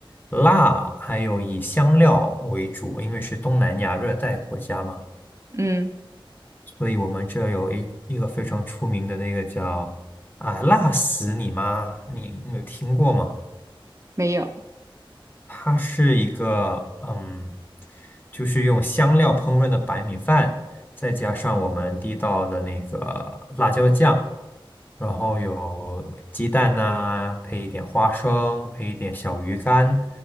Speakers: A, on the left (about 20°); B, on the right (about 35°).
A: 辣还有以香料为主，因为是东南亚热带国家嘛。
B: 嗯，
A: 所以我们这有一一个非常出名的那个叫啊辣死你妈，你你有听过吗？
B: 没有。
A: 它是一个嗯，就是用香料烹饪的白米饭，再加上我们地道的那个辣椒酱，然后有鸡蛋呐、配一点花生，配一点小鱼干